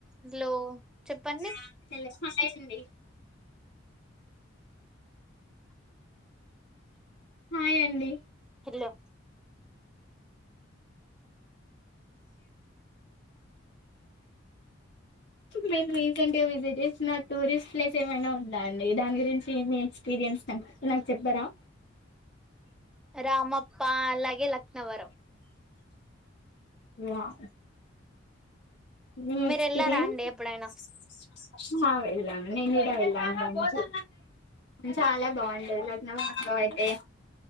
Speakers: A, in the centre; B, on the left.
A: hello చెప్పండి
B: హ చెల్లె కట్ అయింది హాయండి
A: హాలో
B: మీరు రీసెంట్ గా విజిట్ చేసిన టూరిస్ట్ ప్లేస్ ఏమైనా ఉందా అండి దాని గురించి మీ ఎక్స్పీరియన్స్ తన్ నాకు చెప్పరా
A: రామప్ప అలాగే లక్నవరం
B: వాదే మీ
A: మీరు
B: ఎక్స్పీరియన్స్
A: ఎల్లారా అండి ఎప్పుడైనా
B: ఫస్ట్ మా వెళ్ళను నేను గుడ వెళ్ళను లంచు చాలా బాగుంటది లక్నవరం లో అయితే